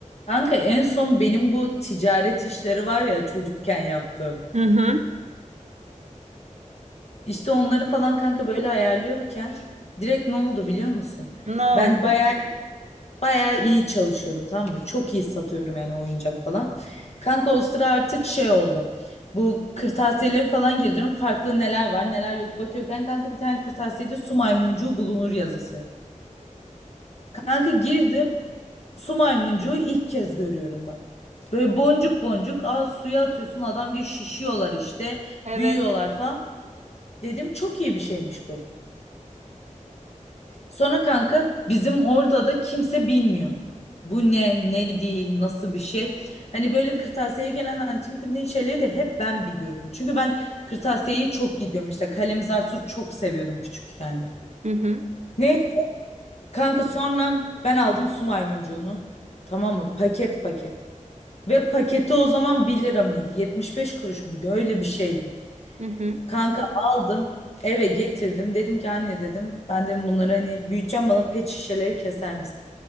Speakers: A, on the left; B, on the right.
A: Kanka en son benim bu ticaret işleri var ya çocukken yaptığım.
B: Hı hı.
A: İşte onları falan kanka böyle ayarlıyorken direkt ne oldu biliyor musun?
B: Ne oldu?
A: Ben baya baya iyi çalışıyorum tamam mı? Çok iyi satıyorum yani oyuncak falan. Kanka o sıra artık şey oldu. Bu kırtasiyeleri falan geziyorum. Farklı neler var neler yok bakıyorken kanka bir tane kırtasiyede su maymuncuğu bulunur yazısı. Kanka girdim. Su maymuncuğu ilk kez görüyorum bak. Böyle boncuk boncuk aa, suya atıyorsun adam diyor şişiyorlar işte
B: Evet.
A: büyüyorlar falan. Dedim çok iyi bir şeymiş bu. Sonra kanka bizim orada da kimse bilmiyor. Bu ne, ne değil, nasıl bir şey. Hani böyle kırtasiyeye gelen antin kuntin şeyleri de hep ben biliyorum. Çünkü ben kırtasiyeyi çok gidiyorum işte. Kalemzar Su çok seviyordum küçükken de.
B: Hı hı.
A: Ne kanka sonra ben aldım su maymuncuğunu. Tamam mı? Paket paket. Ve paketi o zaman bir lira mıydı? 75 kuruş muydu? Öyle bir şeydi.
B: Hı hı.
A: Kanka aldım eve getirdim. Dedim ki anne dedim ben de bunları hani büyüteceğim bana pet şişeleri keser misin?